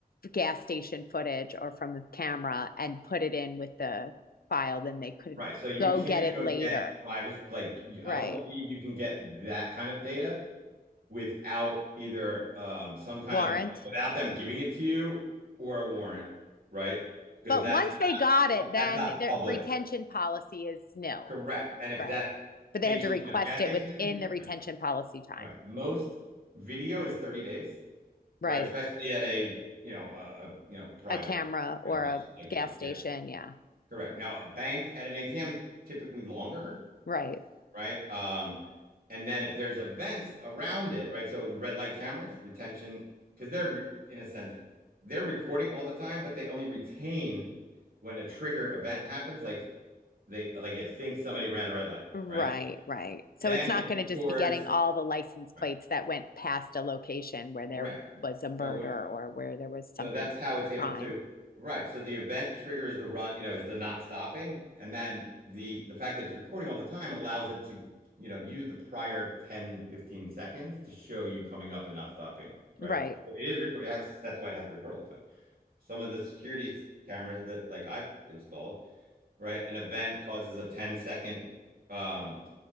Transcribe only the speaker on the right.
right. So you
can't
go
get private like y-
I don't believe you can get that kind of data without either um some kind
of without them giving it to you or a warrant, right? Because
that's
not
that's not
public.
Correct. And if
that
station,
you know, gas station,
right.
right. Most video is 30 days,
right? Especially at a, you know, a, a you know, private
organization.
Like
a,
yeah,
correct. Now a bank at an ATM is typically longer,
right? Um, And then if there's events around it, right? So the red light cameras, retention, because they're in a sense they're recording all the time, but they only retain when a trigger event happens. Like they like it thinks somebody ran a red light,
right?
Then
it
stores
right,
correct.
So what
So that's how it's able
to, right. So the event trigger is the run, you know, is the not stopping. And then the the fact that it's recording all the time allows it to, you know, use the prior 10 15 seconds to show you coming up and not stopping, right?
So it is record that's that's why it has to record all the time. Some of the security cameras that like I've installed, right? An event causes a 10 second um